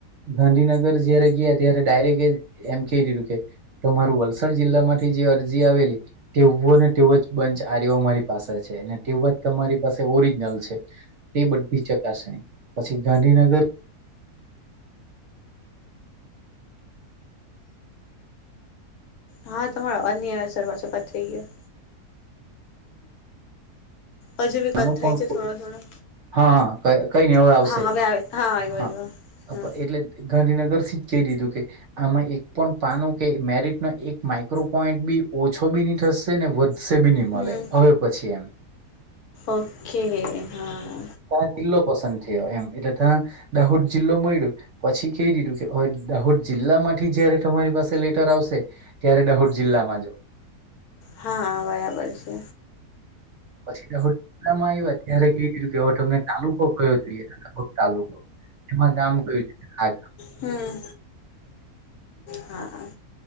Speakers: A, on the right; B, on the left.
A: ગાંધીનગર જયારે ગયા ત્યારે ડાયરેક્ટ એ એમ કય દીધું કે મારું વલસાડ જિલ્લા માંથી જે અરજી આવેલી તેવો ને તેવો જ બંચ આર યો‌ અમારી પાસે છે અને તેનો જ તમારી પાસે ઓરિજનલ છે. તે બધી ચકાસણી પછી ગાંધીનગર
B: હા તમાર અવાજ નય સરવા સપાત થઈ ગયા. અજુ બી
A: આનું
B: કત
A: પણ
B: થાય છે
A: કોઈ
B: થોડો થોડો
A: હા હા કઈ નય હવે આવશે
B: હા આવે આવ્યો
A: હા
B: આવ્યો હા
A: એટલે ગાંધીનગર થી જ કહી દીધું કે આમાં એક પણ પાનું કે મેરિટ ન એક માઈક્રોપઈન્ટ બી ઓછો બી નહી થશે ને વધશે બી નહી મલે
B: હમ
A: હવે પછી એમ.
B: ઓકે હા
A: ત્યાં જિલ્લો પસંદ થયો એમ એટલે ત્યાં દાહોદ જિલ્લો મળ્યો પછી કહી દીધું કે દાહોદ જિલ્લામાં. થી જયારે તમારી પાસે લેટર આવશે ત્યારે દાહોદ જિલ્લામાં જો
B: હા બરાબર છે
A: પછી દાહોદ જિલ્લા માં આવયા ત્યારે કય દીધું કે હવે તમને તાલુકો કરો જોઈએ તાલુકો એમાં ગામ કયું છે હા
B: હમ હા